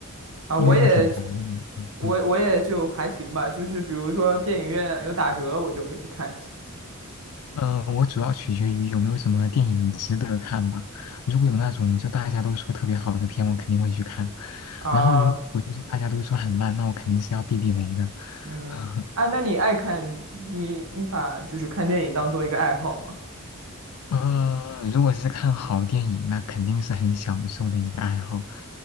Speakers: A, on the right (about 70°); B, on the left (about 85°).
A: 啊，
B: 因为我挺宅的嘛。
A: 我也，
B: 嗯嗯。
A: 我我也就还行吧，就是比如说电影院有打折，我就会去看一下。
B: 呃，我主要取决于有没有什么电影值得看吧。如果有那种就大家都说特别好的片，我肯定会去看。
A: 啊，
B: 然后如果就是大家都说很烂，那我肯定是要避避雷的。
A: 嗯，
B: <laughs>
A: 哎，那你爱看你你把就是看电影当做一个爱好吗？
B: 呃，如果是看好电影，那肯定是很享受的一个爱好。